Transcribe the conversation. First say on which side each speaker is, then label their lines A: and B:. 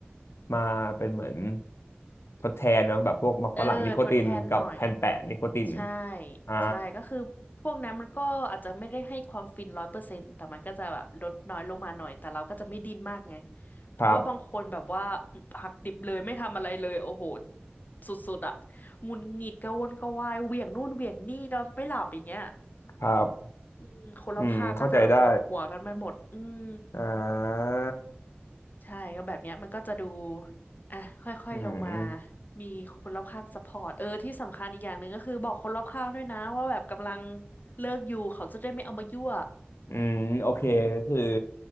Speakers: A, on the left; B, on the left.
A: มาเป็นเหมือนทดแทนเนาะแบบพวกมะฝรั่งนิโคตินกับแผ่นแปะนิโคติน
B: เออทดแทนหน่อยใช่
A: อ่า
B: ใช่ก็คือพวกนั้นมันก็อาจจะไม่ได้ให้ความฟินร้อยเปอร์เซ็นต์แต่มันก็จะแบบลดน้อยลงมาหน่อยแต่เราก็จะไม่ดิ้นมากไงเพราะว่าบางคนแบบว่า
A: ครับ
B: หักดิบเลยไม่ทำอะไรเลยโอ้โหสุดๆอะหงุดหงิดกระวนกระวายเหวี่ยงนู่นเหวี่ยงนี่นอนไม่หลับอย่างเงี้ย
A: ครับ
B: อืมคนรอบข้างก็จะแบบปวดหัวกันไปหมดอืม
A: อืมเข้าใจได้อ่า
B: ใช่ก็แบบเนี้ยมันก็จะดูอ่ะค่อยๆลงมา
A: อืม
B: มีคนรอบข้างซัพพอร์ตเออที่สำคัญอีกอย่างหนึ่งก็คือบอกคนรอบข้างด้วยนะว่าแบบกำลังเลิกอยู่เขาจะได้ไม่เอามายั่ว
A: อืมโอเคก็คือ
B: อืม